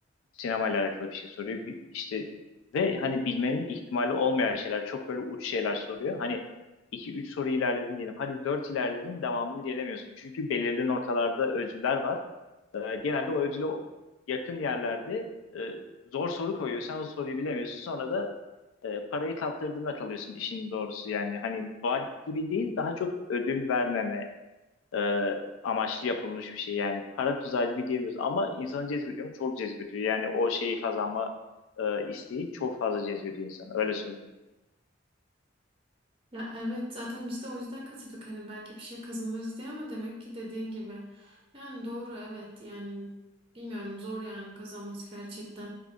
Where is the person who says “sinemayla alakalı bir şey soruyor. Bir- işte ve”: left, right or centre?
Left